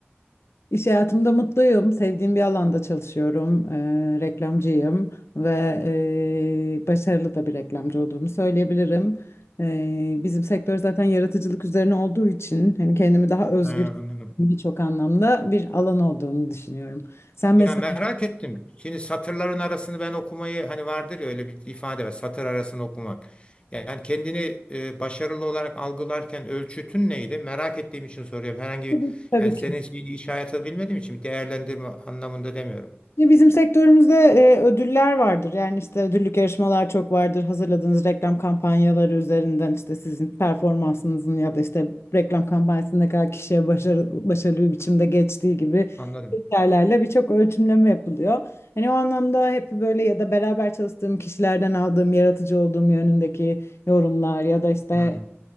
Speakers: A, on the left; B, on the left.
A: İş hayatımda mutluyum. Sevdiğim bir alanda çalışıyorum. Eee, reklamcıyım ve eee, başarılı da bir reklamcı olduğumu söyleyebilirim. Eee, bizim sektör zaten yaratıcılık üzerine olduğu için hani kendimi daha özgür
B: Ha, anladım.
A: birçok anlamda bir alan olduğunu düşünüyorum. Sen mesleğin
B: Ya merak ettim. Şimdi satırların arasını ben okumayı hani vardır ya öyle bir ifade var. Satır arasını okumak. Yani kendini e, başarılı olarak algılarken ölçütün neydi? Merak ettiğim için soruyorum. Herhangi bir
A: <laughs> tabii
B: yani senin
A: ki
B: şeyini iş hayatı bilmediğim için değerlendirme anlamında demiyorum.
A: Ya bizim sektörümüzde e, ödüller vardır. Yani işte ödüllük yarışmalar çok vardır. Hazırladığınız reklam kampanyaları üzerinden işte sizin performansınızın ya da işte reklam kampanyasının ne kadar kişiye başarı, başarılı bir biçimde geçtiği gibi
B: Anladım.
A: kriterlerle birçok ölçümleme yapılıyor. Hani o anlamda hep böyle ya da beraber çalıştığım kişilerden aldığım yaratıcı olduğum yönündeki yorumlar ya da işte
B: Hmm,